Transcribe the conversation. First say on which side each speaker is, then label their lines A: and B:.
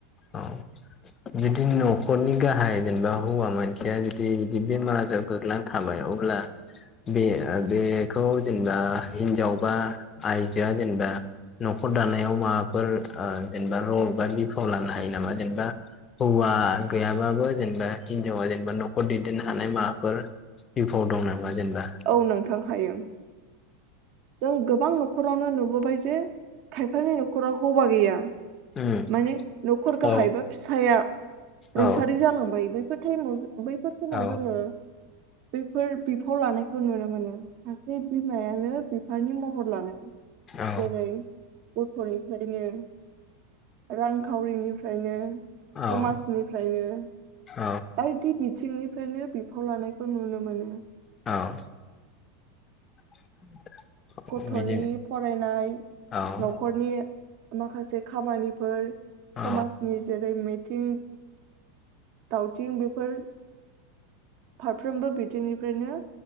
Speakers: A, on the left; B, on the right.
A: औ जुदि न'खरनि गाहाया जेनोबा हौवा मानसिया जुदि बिदि बेमार आजाराव गोग्लैनानै थाबाय अब्ला बे बेखौ जेनबा हिनजाव बा आयजोआ जेनबा नखर दानायाव माबाफोर आ जेनबा रल बा बिफाव लानो हायोनामा जेनोबा हौवा गैयाब्लाबो जेनोबा हिनजावा जेनोबा न'खर दैदेनो हानाय माबाफोर बिफाव दं नामा? जेनेबा
B: औ नोंथां हायो जों गोबां न'खरावनो नुबोबाय जे खायफानि न'खराव हौबा गैया
A: उम
B: माने न'खर गाहायबा
A: औ
B: फिसाया
A: औ
B: रुंसारि जालांबायबो <unintelligible> थाइम आव बैफोर समाव
A: औ
B: जोङो बैफोर बिफाव लानाय नुनो मोनो। सासे बिमायानो बिफानि महर लानानै
A: औ
B: जेरै गथ'निफ्रायनो रांखावरिनिफ्रायनो
A: औ
B: समाजनिफ्रायनो
A: औ
B: बायदि बिथिंनि फ्रायनो बिफाव लानायखौ नुनो मोनो।
A: औ <unintelligible>
B: गथ'नि
A: बिदि
B: फरायनाय
A: औ
B: न'खरनि माखासे खामानिफोर
A: औ
B: समाजनि जेरै मे थिं दावथिं बेफोर फारफ्रोमबो बिथिंनिफ्रायनो